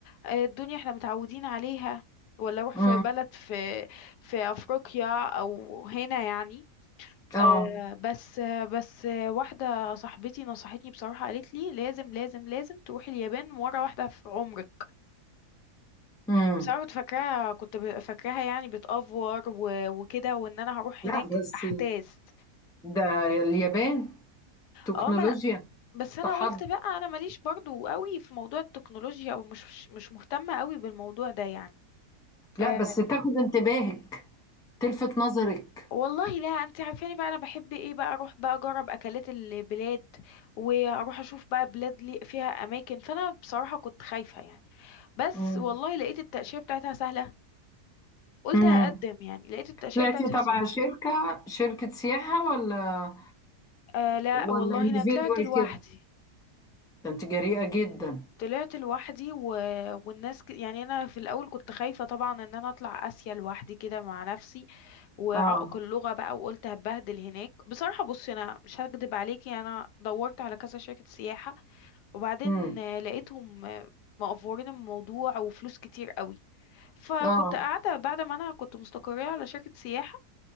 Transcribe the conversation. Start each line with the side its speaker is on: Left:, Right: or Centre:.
Left: آه، الدنيا إحنا متعودين عليها ولا أروح
Centre: امم
Left: في بلد في في أفريقيا أو هنا يعني
Centre: اه
Left: آه بس آه بس آه واحدة صاحبتي نصحتني بصراحة قالت لي لازم لازم لازم تروحي اليابان مرة واحدة في عمرك
Centre: امم
Left: بصراحة كنت فاكراها كنت ب- فاكراها يعني بتأفور و- وكده وان انا هروح
Centre: لا
Left: هناك
Centre: بس
Left: احتاس
Centre: ده اليابان تكنولوجيا
Left: اه ما انا بس انا
Centre: تحضر
Left: قلت بقى انا ماليش برضو قوي في موضوع التكنولوجيا او مش مش مهتمة قوي بالموضوع ده يعني
Centre: لا
Left: أه
Centre: بس تاخد انتباهك تلفت نظرك
Left: والله لا انت عارفاني بقى انا بحب ايه بقى اروح بقى اجرب اكلات البلاد واروح اشوف بقى بلاد لي فيها اماكن فانا بصراحة كنت خايفة يعني بس
Centre: مم.
Left: والله لقيت التأشيرة بتاعتها سهلة قلت
Centre: مم.
Left: هقدم يعني لقيت التأشيرة
Centre: طلعتي
Left: بتاعتها
Centre: تبع
Left: سهلة
Centre: شركة شركة سياحة ولا
Left: أه لا
Centre: ولا
Left: والله
Centre: individual
Left: انا طلعت لوحدي
Centre: كده ده انت جريئة جدا
Left: طلعت لوحدي و... والناس ك... يعني انا في الاول كنت خايفه طبعا ان انا اطلع اسيا لوحدي كده مع نفسي وعائق
Centre: اه
Left: اللغه بقى وقلت هبهدل هناك بصراحه بصي انا مش هكدب عليكي انا دورت على كذا شركه سياحه وبعدين
Centre: امم
Left: آه، لقيتهم آه، مقفورين الموضوع وفلوس كتير قوي فكنت
Centre: اه
Left: قاعده بعد ما انا كنت مستقريه على شركه سياحه